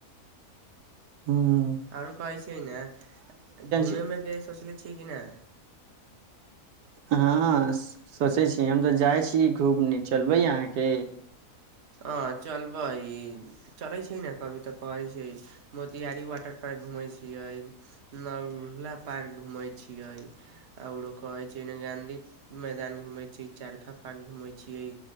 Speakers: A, on the right; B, on the right.
A: हुँ
B: आओरो कहै छियै ने घूमेमे
A: छै
B: के सोचले छियै कि न
A: हँ सोचै छी हम तऽ जाइ छी घूमने चलबै अहाँके
B: आ चलब ई चलै छियै न कभी तऽ कहै छै मोतियारी वाटर पार्क घूमै छियै नला पार्क घूमै छियै आरो कहै छै गाँधी मैदान घूमैत छियै चारखा पार्क घूमैत छियै